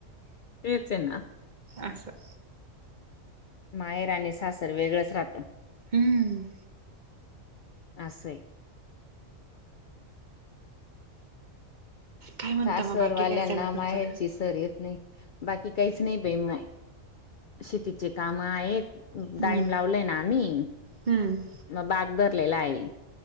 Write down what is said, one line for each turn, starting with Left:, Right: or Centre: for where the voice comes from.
Left: तेच ना
Right: असं
Left: माहेर आणि सासर वेगळंच राहतं
Right: हमंम
Left: असे
Right: काय म्हणता
Left: स
Right: मग
Left: सरवाल्यांना
Right: बाकी काय चाललं
Left: माहेरची
Right: तुमचं अजून
Left: सर येत नाही बाकी काहीच नाही बे माय शेतीचे काम आहेत
Right: हम्म
Left: डाईम लावलेय ना आम्ही
Right: हम्म
Left: मग बाग धरलेला आहे